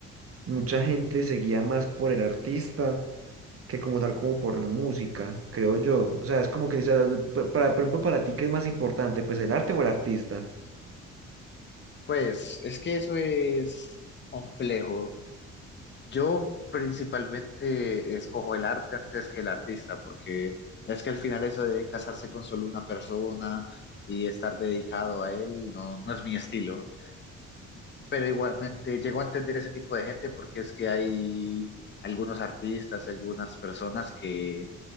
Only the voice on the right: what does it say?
mucha gente seguía más por el artista que como tal como por la música, creo yo. O sea, es como que, dices pa- para, por ejemplo, para ti, ¿qué es más importante? Pues el arte o el artista.